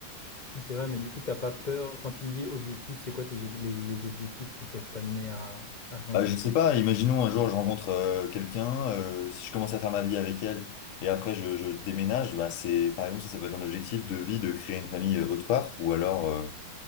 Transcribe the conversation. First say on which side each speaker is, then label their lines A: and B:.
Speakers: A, on the left; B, on the left.
A: Mais c'est vrai, mais du coup t'as pas peur quand tu me dis objectif, c'est quoi tes ob- les, les objectifs qui peuvent t'amener à, à changer
B: Bah, je
A: de
B: sais
A: ville?
B: pas, imaginons un jour je rencontre euh, quelqu'un, euh, si je commence à faire ma vie avec elle et après je, je déménage, bah c'est par exemple ça, ça peut être un objectif de vie de créer une famille euh, autre part ou alors euh,